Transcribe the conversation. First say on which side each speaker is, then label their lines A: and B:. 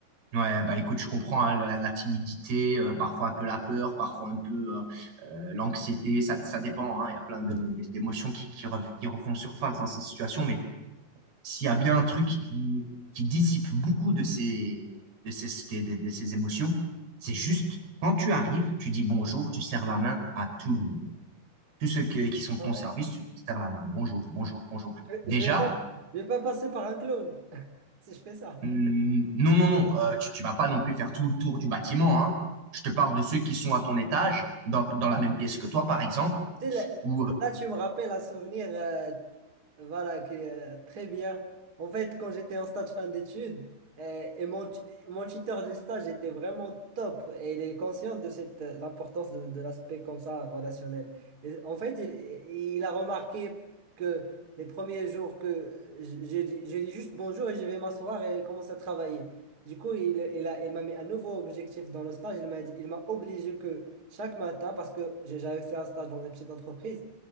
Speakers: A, on the right (about 75°); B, on the right (about 25°).
A: ouais, bah écoute, je comprends hein, la, la timidité, euh, parfois un peu la peur, parfois un peu euh, euh, l'anxiété, ça, ça dépend, hein, il y a plein de- d'émotions qui, qui, rev- qui refont surface dans ces situations, mais s'il y a bien un truc qui, qui dissipe beaucoup de ces, de ces, de, de- de ces émotions, c'est juste quand tu arrives, tu dis bonjour, tu serres la main à tout le monde. Tous ceux que- qui sont de
B: Ah
A: ton
B: ouais?
A: service, tu serres la main. Bonjour, bonjour, bonjour.
B: Je
A: Déjà,
B: je vais pas, je vais pas passer par un clown <laughs> si je fais ça.
A: hum, non, non, non, euh, tu, tu vas pas non plus faire tout le tour du bâtiment, hein. Je te parle de ceux qui sont à ton étage, dans, dans la même pièce que toi, par exemple,
B: Tu sais, là,
A: ou
B: là, tu me rappelles un souvenir euh, Voilà, qui est euh, très bien. En fait, quand j'étais en stage fin d'études, euh, et mon, tu- mon tuteur de stage était vraiment top et il est conscient de cette, euh, l'importance de, de l'aspect comme ça relationnel. Et en fait, il, il a remarqué que les premiers jours que euh, je, je dis, je dis juste bonjour et je vais m'asseoir et commencer à travailler. Du coup, il, il a, il m'a mis un nouveau objectif dans le stage. Il m'a dit, il m'a obligé que chaque matin, parce que j'avais fait un stage dans une petite entreprise,